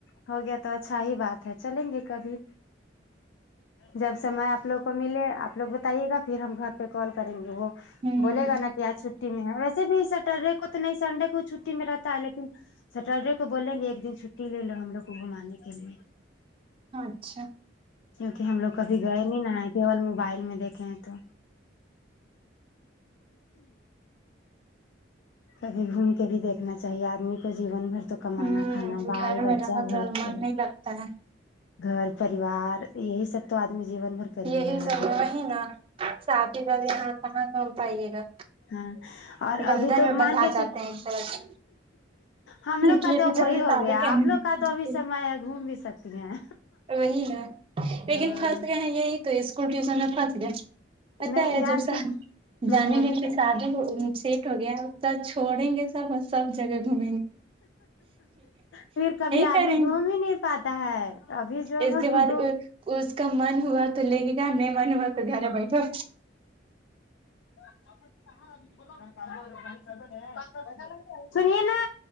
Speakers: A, on the left (about 75°); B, on the right (about 30°).
A: ہو گیا تو اچھا ہی بات ہے چلیں گے کبھی جب سے میں آپ لوگ کو ملی آپ لوگ بتائیے گا پھر ہم گھر پہ کال کریں گے وہ
B: ہوں
A: بولے گا نا کہ آج چھٹ میں ہے ویسے بھی سیٹرڈے کو تو نہیں سنڈے کو چھٹی میں رہتا ہے لیکن سٹرڈے کو بولیں گے ایک دن چھٹی لے لو ہم لوگ کو گھمانے کے لیے
B: اچھا
A: کیونکی ہم لوگ کبھی گئے نہیں نا آئے کیول موبائل میں دیکھے ہیں تو کبھی گھوم کے بھی دیکھنا چاہیے آدمی کو جیون بھر تو کمانا
B: ہوں
A: کھانا بال
B: گھر
A: بچہ
B: میں رہ
A: گھر
B: رہ من
A: پر
B: نہیں لگتا ہے
A: گھر پریوار یہی سب تو آدمی جیون بھر کر
B: یہی
A: ہی رہا
B: سب
A: ہے لیکن
B: وہی نا شادی گھر یہاں کہاں پائیے گا
A: ہاں اور
B: بندھن
A: ابھی تو
B: میں بندھا
A: مان گئے
B: جاتے
A: چ
B: ہیں ایک طرح سے
A: ہم لوگ
B: اس
A: کا
B: لیے
A: تو وہی
B: جلدی
A: ہو
B: شادی
A: گیا
B: کرنے
A: آپ لوگ کا تو ابھی سمجھ میں گھوم بھی سکتی ہیں
B: وہی نا لیکن
A: ہاں
B: پھنس گئے ہیں یہی تو اسکول ٹیوشن میں پہس گئے پتا
A: نہیں
B: ہے
A: جانتی
B: جب سے
A: ہوں
B: جانے
A: بول
B: گے شادی سیٹ ہو گیا سب چھوڑیں گے سب اور سب جگہ گھوم
A: پھر کبھی آدمی
B: کریں گے
A: گھوم ہی نہیں پاتا ہے ابھی جو
B: اس کے بعد
A: گھوم
B: اوں اس کا من ہوا تو لے کے گیا نہیں من ہوا تو گھر میں بیٹھو
A: <unintelligible> سنیے نا